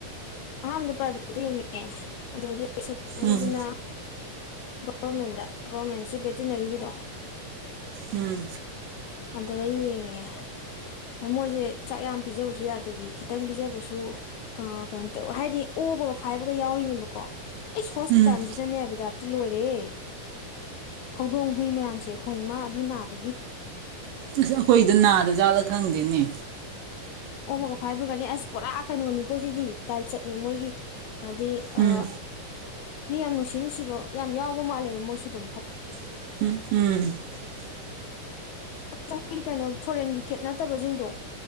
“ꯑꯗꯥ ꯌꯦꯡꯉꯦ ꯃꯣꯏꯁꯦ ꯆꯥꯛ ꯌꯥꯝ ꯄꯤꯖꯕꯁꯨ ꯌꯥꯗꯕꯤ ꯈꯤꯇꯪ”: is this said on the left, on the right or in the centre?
Left